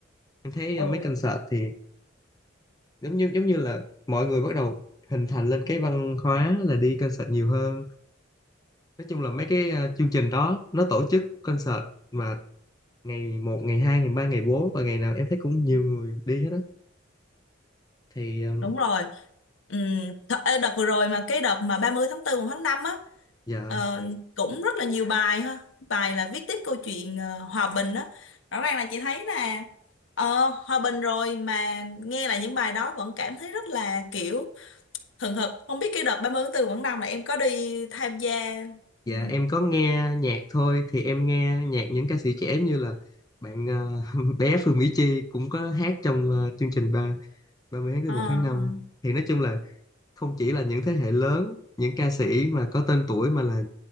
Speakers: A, on the left (about 20°); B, on the left (about 75°).
A: em thấy
B: ừ
A: ờ, mấy concert thì giống như giống như là mọi người bắt đầu hình thành lên cái văn hóa là đi concert nhiều hơn nói chung là mấy cái ờ, chương trình đó nó tổ chức concert mà ngày một ngày hai ngày ba ngày bốn và ngày nào em thấy cũng nhiều người đi hết á thì ờ,
B: đúng rồi ừ, th- ê, đợt vừa rồi mà cái đợt mà ba mươi tháng tư một tháng 5 á
A: dạ
B: ờ, cũng rất là nhiều bài ha bài là viết tiếp câu chuyện ờ, hòa bình á rõ ràng là chị thấy là ờ, hòa bình rồi mà nghe lại những bài đó vẫn cảm thấy rất là kiểu hừng hực không biết cái đợt 30 tháng tư Quảng Đông là em có đi tham gia
A: dạ
B: ừ,
A: em có nghe nhạc thôi thì em nghe nhạc những ca sĩ trẻ như là bạn ờ, <laughs> bé Phương Mỹ Chi cũng có hát trong ờ, chương trình ba 30 tháng 4
B: ờ
A: một tháng năm
B: ờ.
A: thì nói chung là không chỉ là những thế hệ lớn những ca sĩ mà có tên tuổi mà là